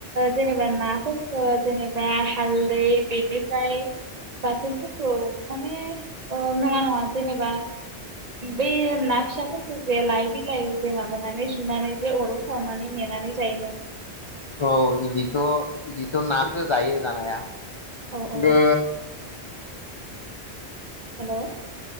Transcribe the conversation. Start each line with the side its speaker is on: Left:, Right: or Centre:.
Right: जेनेबा नाफोरखौ जेनेबा हालदै बेनिफ्राय बाथोनफोरखौ माने नङा नङा जेनेबा बै ना फिसाफोरखौ जे लाइ बिलाइ जे माबानानै जुनानै जे अराव सावनानै मेनाय नानै जायोमोन
Left: औ बिदिथ' बिदिथ' नाफोरखौ जायो जानाया
Right: औ औ
Left: बे
Right: हेल'